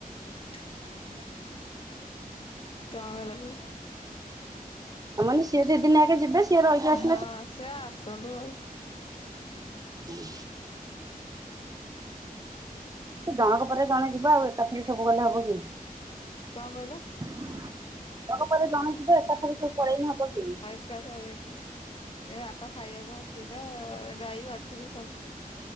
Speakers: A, on the left; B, on the right.
A: କଣ କହିଲ ଦେଇ।
B: ତା ମାନେ ସିଏ ଦି ଦିନ ଆଗେ ଯିବେ ସିଏ ରହିକି ଆସିଲେ
A: ହଁ
B: ତୁ
A: ସେ ଆସନ୍ତୁ ଆଉ।
B: ହୁଁ। ସେ ଜଣଙ୍କ ପରେ ଜଣେ ଯିବ ଆଉ ଏକାଥରେ ସବୁ ଗଲେ ହବ କି।
A: କଣ କହିଲ।
B: ଜଣ ଙ୍କ ପରେ ଜଣେ ଯିବ ଏକା ଥରେ ସବୁ ପଳେଇନେ ହବ କି।
A: ଏକା ଥରକେ ଏ ବାପା ଖାଇବାକୁ ଅସୁବିଧା ଗାଈ ବାଛୁରି ସବୁ